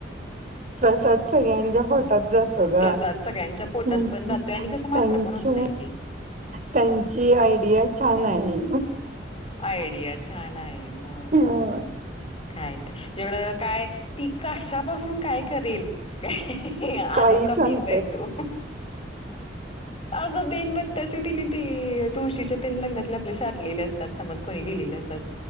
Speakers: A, on the right; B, on the left.
A: प्रसाद सगळ्यांच्या पोटात जातो ग
B: प्रसाद सगळ्यांच्या पोटात
A: हम्म.
B: पण जातोय आणि कसं मात्र
A: त्यांची
B: पण होत नाही ग ते.
A: त्यांची आयडिया छान आहे.
B: आयडिया छान आहे, मग.
A: हो
B: काय तर जेवढं काय ती कशापासून काय करेल. काय,
A: काही
B: अनोखा
A: सांगतात.
B: पीस आहे तो. अग बेनबत्ताशी तिने ते तुळशीच्या तीन लग्नातले आपले साठलेले असतात. समज कोणी दिलेले असतात,